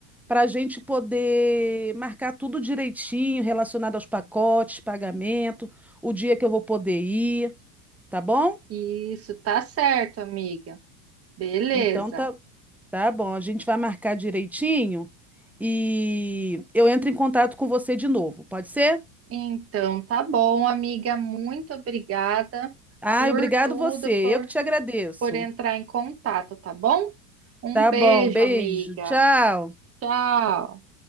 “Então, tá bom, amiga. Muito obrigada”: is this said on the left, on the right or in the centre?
Right